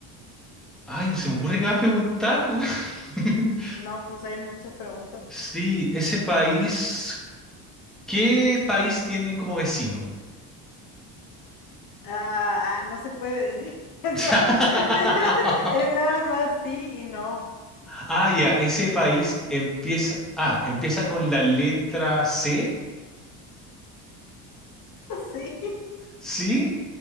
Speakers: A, in the centre; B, on the left.
A: Ay, no se me ocurre qué más preguntar. <laughs>
B: No, pues hay muchas preguntas.
A: Sí, ese país... ¿Qué país tiene como vecino?
B: Ah, ah, no se puede decir <laughs> eso.
A: <laughs>
B: <laughs> Es nada más sí y no.
A: Ah, ya, ese país empieza, ah, empieza con la letra C,
B: <laughs> Sí.
A: ¿sí?